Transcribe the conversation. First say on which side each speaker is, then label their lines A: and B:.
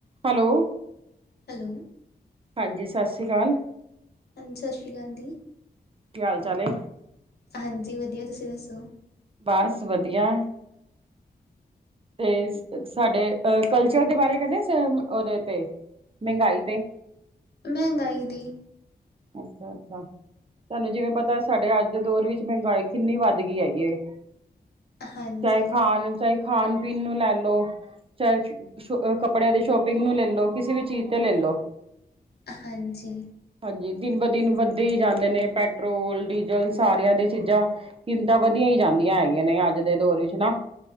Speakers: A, on the right (about 35°); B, on the left (about 75°).
A: ਹੈਲੋ।
B: ਹੈਲੋ।
A: ਹਾਂਜੀ, ਸਾਸ਼੍ਰੀ ਅਕਾਲ।
B: ਹਾਂਜੀ, ਸਸ਼੍ਰੀ ਕਾਲ ਦੀ
A: ਕੀ ਹਾਲ ਚਾਲ ਏ?
B: ਹਾਂਜੀ ਵਧੀਆ, ਤੁਸੀਂ ਦੱਸੋ?
A: ਬਾਸ, ਵਧੀਆ। ਤੇ ਸਾਡੇ ਅ ਕਲਚਰ ਦੇ ਬਾਰੇ <unintelligible> ਸ ਉਹਦੇ 'ਤੇ ਮਹਿੰਗਾਈ 'ਤੇ।
B: ਮਹਿੰਗਾਈ ਦੀ।
A: ਅੱਛਾ-ਅੱਛਾ, ਤੁਹਾਨੂੰ ਜਿਵੇਂ
B: ਹਾਂਜੀ,
A: ਪਤਾ ਸਾਡੇ ਅੱਜ। ਦੌਰ ਵਿੱਚ ਮਹਿੰਗਾਈ ਕਿੰਨੀ ਵੱਧ ਗੀ ਹੈਗੀ ਏ,
B: ਹਾਂਜੀ।
A: ਚਾਹੇ ਖਾਣ ਚਾਹੇ। ਖਾਣ-ਪੀਣ ਨੂੰ ਲੈ ਲੋ। ਚਾਹੇ, ਸ਼ੋ ਸ਼ੋ ਕੱਪੜਿਆਂ ਦੀ ਸ਼ੋਪਿੰਗ ਨੂੰ ਈ ਲੈ ਲੋ, ਕਿਸੇ ਵੀ ਚੀਜ਼ ਤੇ ਲੈ ਲੋ।
B: ਹਾਂਜੀ।
A: ਹਾਂਜੀ, ਦਿਨ-ਬ-ਦਿਨ ਵੱਧਦੇ ਹੀ ਜਾਂਦੇ ਨੇ ਪੈਟਰੋਲ, ਡੀਜ਼ਲ ਸਾਰੀਆਂ ਦੀਆ ਚੀਜ਼ਾਂ। ਕੀਮਤਾਂ ਵਧੀਆ ਹੀ ਜਾਂਦੀਆਂ ਹੈਗੀਆਂ ਨੇ, ਅੱਜ ਦੇ ਦੌਰ ਵਿੱਚ ਨਾ।